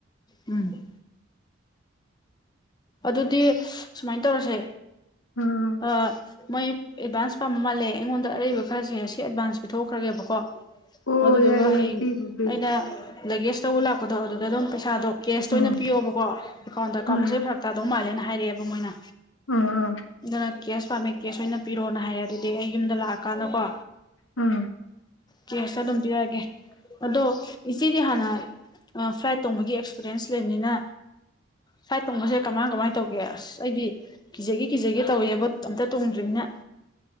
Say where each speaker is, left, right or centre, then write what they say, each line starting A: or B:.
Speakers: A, on the left; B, on the left.
A: ꯎꯝ ꯑꯗꯨꯗꯤ ꯁꯨꯃꯥꯏꯅ ꯇꯧꯔꯁꯦ
B: ꯑꯥ
A: ꯑ ꯃꯣꯏ ꯑꯦꯗꯚꯥꯟꯁ ꯄꯝ ꯃꯥꯜꯦꯉꯣꯟ ꯑꯕ ꯈꯔꯁꯦ ꯑꯁꯤ ꯑꯦꯗꯚꯥꯟꯁ ꯄꯤꯊꯣꯛꯈ꯭ꯔꯒꯦꯕꯀꯣ
B: ꯑꯣ
A: ꯑꯗꯨꯗꯨꯒ
B: ꯌꯥꯏ ꯌꯥꯏ
A: ꯍꯌꯦꯡ
B: ꯄꯤꯒ꯭ꯔꯣ ꯄꯤꯒ꯭ꯔꯣ
A: ꯑꯩꯅ ꯂꯒꯦꯖ ꯑꯆꯧꯕ ꯂꯥꯛꯄꯗꯣ ꯑꯗꯨꯗ ꯑꯗꯨꯝ ꯄꯩꯁꯥꯗꯣ ꯀꯦꯁꯇ
B: ꯑꯥ
A: ꯑꯣꯏꯅ ꯄꯤꯌꯣꯕꯀꯣ ꯑꯦꯀꯥꯎꯟꯗ
B: ꯍꯣꯏ
A: ꯀꯥꯞ ꯐꯁꯦ
B: ꯍꯣꯏ
A: ꯐꯔ ꯃꯥꯜꯂꯦꯅ ꯍꯥꯏꯔꯛꯑꯦꯕ ꯃꯣꯏꯅ
B: ꯑꯥ ꯑꯥ
A: ꯔ ꯀꯦꯁ ꯄꯥꯝꯃꯦ ꯀꯦꯁ ꯑꯣꯏꯅ ꯄꯤꯔꯣꯅ ꯍꯥꯏꯔꯦ ꯑꯗꯨꯗꯤ ꯑꯩ ꯌꯨꯝꯗ ꯂꯥꯛꯑꯀꯥꯟꯗ ꯀꯣ
B: ꯎꯝ
A: ꯀꯦꯁ ꯑꯗꯨꯝ ꯄꯤꯔꯛꯑꯒꯦ ꯑꯗꯣ ꯏꯆꯦꯗꯤ ꯍꯥꯟꯅ ꯐ꯭ꯂꯥꯏꯠ ꯇꯣꯡꯕꯒꯤ ꯑꯦꯛꯁꯄꯤꯔꯤꯌꯦꯟꯁ ꯂꯩꯕꯅꯤꯅ ꯐ꯭ꯂꯥꯏꯠ ꯇꯣꯡꯕꯁꯦ ꯀꯃꯥꯏ ꯀꯃꯥꯏꯅ ꯇꯧꯒꯦ ꯑꯁ ꯑꯩꯗꯤ ꯀꯤꯖꯒꯦ ꯀꯤꯖꯒꯦ ꯇꯧꯏ ꯍꯥꯏꯕ ꯑꯝꯇ ꯇꯣꯡꯗ꯭ꯔꯤꯝꯅꯦ